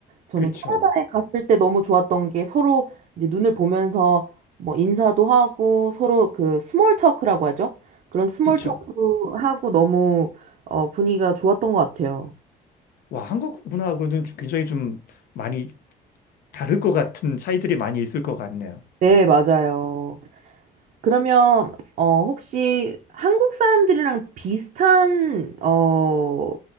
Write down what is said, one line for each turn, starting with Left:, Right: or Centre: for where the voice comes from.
Right: 저는
Left: 그쵸,
Right: 캐나다에 갔을 때 너무 좋았던 게 서로 이제 눈을 보면서 뭐 인사도 하고 서로 그 스몰 토크라고 하죠? 그런 스몰
Left: 그쵸.
Right: 토크 하고 너무 어, 분위기가 좋았던 것 같아요.
Left: 와, 한국 문화하고는 좀 굉장히 좀 많이 다를 것 같은 차이들이 많이 있을 것 같네요.
Right: 네, 맞아요. 그러면 어 혹시 한국 사람들이랑 비슷한 어